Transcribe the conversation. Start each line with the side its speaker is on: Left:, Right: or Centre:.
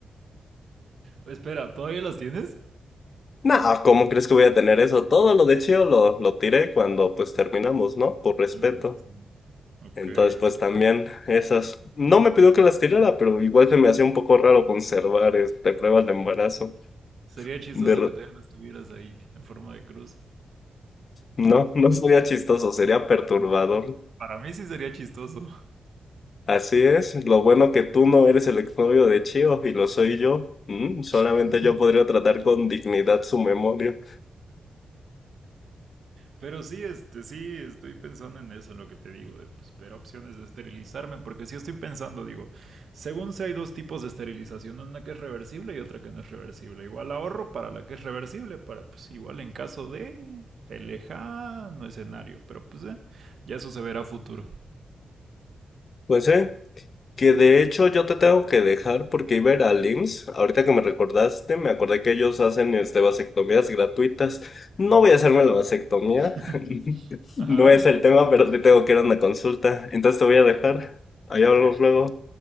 Right: Espera, ¿todavía las tienes?
Left: No, ¿cómo crees que voy a tener eso? Todo lo de Chio lo, lo tiré cuando pues terminamos, ¿no? Por respeto.
Right: Mm, sí. Ok,
Left: Entonces pues
Right: se-
Left: también esas... No me pidió que las tirara, pero igual se me hacía un poco raro conservar este, pruebas de embarazo.
Right: sería chistoso
Left: De... re-
Right: que todavía las tuvieras ahí en forma de cruz.
Left: No, no sería chistoso, sería perturbador.
Right: Para mí sí sería chistoso.
Left: Así es, lo bueno que tú no eres el exnovio de Chio y lo soy yo. Mm, Solamente
Right: <laughs>
Left: yo podría tratar con dignidad su memoria.
Right: Pero sí, este, sí, estoy pensando en eso, en lo que te digo, de pues, ver opciones de esterilizarme, porque sí estoy pensando, digo, según sé hay dos tipos de esterilización, una que es reversible y otra que no es reversible. Igual ahorro para la que es reversible, para pues igual en caso de el lejano escenario, pero pues eh, ya eso se verá a futuro.
Left: Pues sí, Que de hecho yo te tengo que dejar porque iba a ir al IMSS. Ahorita que me recordaste, me acordé que ellos hacen este, vasectomías gratuitas. No voy a hacerme la vasectomía.
Right: <laughs>
Left: <laughs> No
Right: Ajá,
Left: es el tema, pero sí tengo que ir a una consulta. Entonces te voy a dejar. Ahí hablamos
Right: ok.
Left: luego.